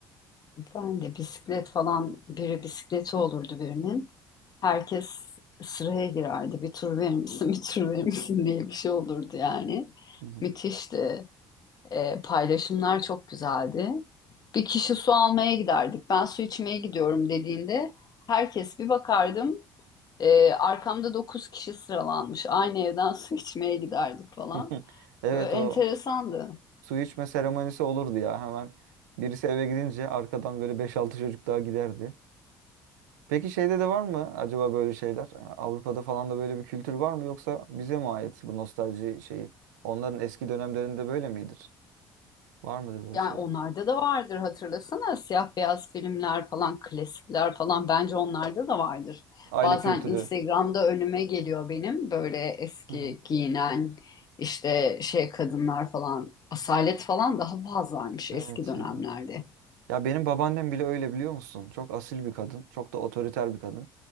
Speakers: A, on the left (about 45°); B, on the right (about 80°).
A: Ben de bisiklet falan biri bisikleti olurdu birinin. Herkes sıraya girerdi. Bir tur verir misin, <laughs> bir tur verir misin diye bir şey olurdu yani.
B: Hı hı.
A: Müthişti. Ee, paylaşımlar çok güzeldi. Bir kişi su almaya giderdik. Ben su içmeye gidiyorum dediğinde herkes bir bakardım. Ee, arkamda dokuz kişi sıralanmış. Aynı evden <laughs> su içmeye giderdik falan.
B: <laughs> Evet
A: Böyle enteresandı.
B: o su içme seremonisi olurdu ya hemen. Birisi eve gidince arkadan böyle beş altı çocuk daha giderdi. Peki şeyde de var mı acaba böyle şeyler? Avrupa'da falan da böyle bir kültür var mı yoksa bize mi ait bu nostalji şeyi? Onların eski dönemlerinde böyle midir? Var mıdır böyle
A: Yani
B: şeyler?
A: onlarda da vardır hatırlasana siyah beyaz filmler falan klasikler falan bence onlarda da vardır.
B: Aile
A: Bazen
B: kültürü.
A: Instagram'da önüme geliyor benim böyle eski
B: Hı hı.
A: giyinen işte şey kadınlar falan asalet falan daha fazlaymış
B: Evet
A: eski dönemlerde.
B: ya. Ya benim babaannem bile öyle biliyor musun? Çok asil bir kadın. Çok da otoriter bir kadın.